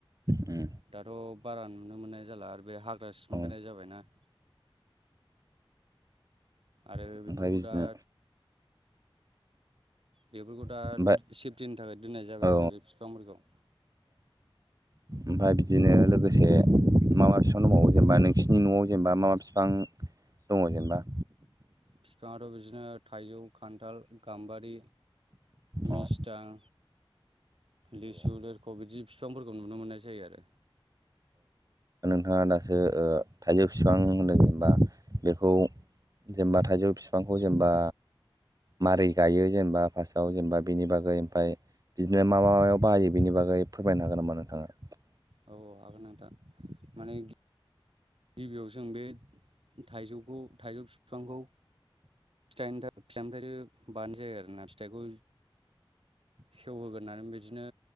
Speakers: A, on the right; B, on the right.
A: उम
B: दाथ' बारा नुनो मोननाय जाला आरो बे हाग्रा सिमफैनाय
A: औ
B: जाबाय ना आरो
A: ओमफ्राय
B: बेफोरखौ
A: बिदिनो
B: दा बेफोरखौ दा
A: ओमफ्राय
B: सेफटिनि थाखाय दोननाय जाबाय
A: औ
B: आरो बे बिफांफोरखौ
A: ओमफफ्राय बिदिनो लोगोसे माबा बिफां दंबावो जेनेबा नोंसिनि न'आव जेनेबा माबा बिफां दङ जेनेबा
B: बिफाङाथ' बिदिनो थाइजौ खान्थाल गाम्बारि
A: अ
B: मिसटां लिसु
A: औ
B: लोरख बिदि फिफांफोरखौ नुनो मोननाय जायो आरो
A: नोंहा दासो थाइजौ बिफां होनदों जबा बेखौ जेनेबा थाइजौ बिफांखौ जेनबा मारै गायो जेनेबा फार्स्टआव जेनेबा बेनि बागै ओमफ्राय बिदिनो मा म मायाव बाहायो बेनि बागै फोरमायनो हागोन नामा नोंथाङा
B: औ हागोन नोंथां दा माने गिबियाव जों बे थाइजौखौ थाइजौ बिफांखौ फिथाइनिफ्राय बानाय जायो आरोना फिथाइखौ सेवहोग्रोनानै बिदिनो